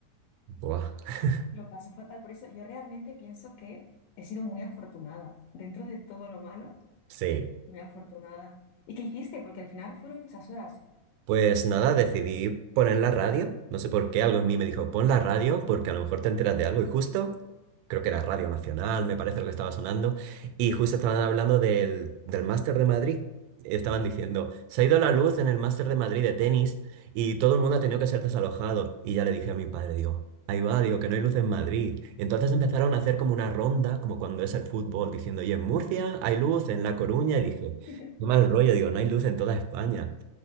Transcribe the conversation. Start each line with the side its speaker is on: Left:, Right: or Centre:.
Right: Buah. <laughs>
Left: lo pasó fatal. Por eso yo realmente pienso que he sido muy afortunada. Dentro de todo lo malo,
Right: Sí,
Left: muy afortunada. ¿Y qué hiciste? Porque al final fueron muchas horas.
Right: Pues nada, decidí poner la radio. No sé por qué, algo en mí me dijo, pon la radio porque a lo mejor te enteras de algo. Y justo, creo que era Radio Nacional, me parece lo que estaba sonando. Y justo estaban hablando del, del Máster de Madrid. Estaban diciendo, se ha ido la luz en el Máster de Madrid de tenis y todo el mundo ha tenido que ser desalojado. Y ya le dije a mi padre, digo, ahí va, digo que no hay luz en Madrid. Y entonces empezaron a hacer como una ronda, como cuando es el fútbol, diciendo, y en Murcia hay luz, en La Coruña. Y dije,
Left: <laughs>
Right: qué mal rollo, digo, no hay luz en toda España.